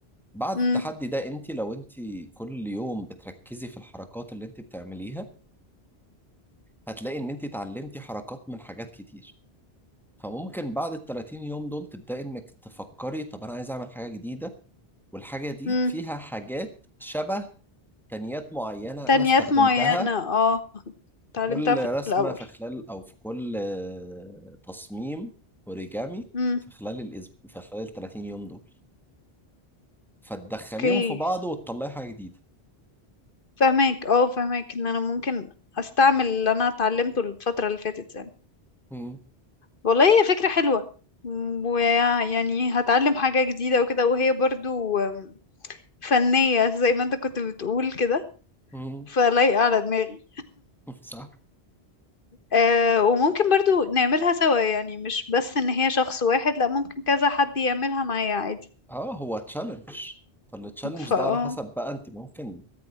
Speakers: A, in the centre; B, on the left (about 55°).
A: بعد
B: امم
A: التحدي ده انت لو انت كل يوم بتركزي في الحركات اللي انت بتعمليها هتلاقي ان انت اتعلمتي حركات من حاجات كتير فممكن بعد ال 30 يوم دول تبدأي انك تفكري طب انا عايز اعمل حاجة جديدة والحاجة دي
B: أمم.
A: فيها حاجات شبه تقنيات معينة
B: تنيات
A: انا استخدمتها
B: معينة اه اتعلمتها
A: في كل
B: في
A: رسمة
B: الاول
A: في خلال أو في كل آه، تصميم أوريجامي
B: امم
A: في خلال الأسبوع في خلال ال 30 يوم دول فتدخليهم
B: اوكي
A: في بعض وتطلعي حاجة جديدة
B: فهماك اه فهماك ان انا ممكن استعمل اللي انا اتعلمته الفترة اللي فاتت يعني
A: مم.
B: والله هي فكرة حلوة م- ويعني هتعلم حاجة جديدة وكده وهي برضو أم، فنية زي ما انت كنت بتقول كده
A: مم.
B: فلايقة على دماغي
A: صح
B: أه وممكن برضو نعملها سوا يعني مش بس ان هي شخص واحد لا ممكن كذا حد يعملها معايا عادي
A: اه هو تشالنج فالتشالنج
B: فا
A: ده على
B: اه
A: حسب بقى انت ممكن